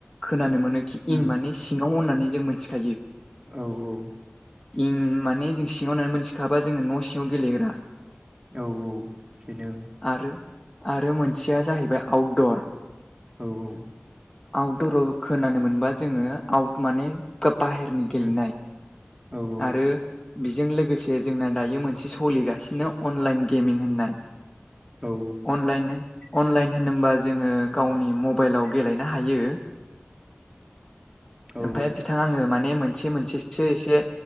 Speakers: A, on the left; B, on the right.
A: खोनानो मोनो खि
B: उम
A: इन माने सिङाव होननानै जों मोनथिखायो।
B: औ औ।
A: इं माने जों सिङाव होननानै मोनथिखाबा जोङो न' सिङाव गेलेग्रा
B: औ औ बेनो
A: आरो आरो मोनसेया जाहैबाय आउटदर
B: औ औ।
A: आउटदराव खोनानो मोनबा जोङो आउट माने बाहेरनि गेलेनाय
B: उम औ
A: आरो बेजों लोगोसे जोंना दायो मोन से सोलिगासिनो अनलाइन गेमिं होननाय
B: औ
A: अनलाइन अनलाइन होनोमोबा जोङो गावनि मबाइलाव गेलेनो हायो
B: औ उम
A: ओमफ्रायाय बिथां आङो माने मोनसे मोनसेसो एसे